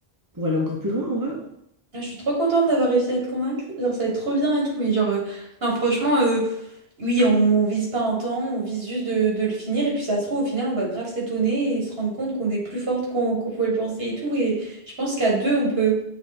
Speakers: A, on the right; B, on the right.
A: pour aller encore plus loin, ouais.
B: Ah, je suis trop contente d'avoir réussi à te convaincre. Genre, ça va être trop bien et tout. Mais genre, euh, non, franchement, euh, oui, on, on vise pas un temps, on vise juste de, de le finir. Et puis, ça se trouve, au final, on va grave s'étonner et se rendre compte qu'on est plus forte qu'on qu'on pouvait le penser et tout. Et je pense qu'à deux, on peut.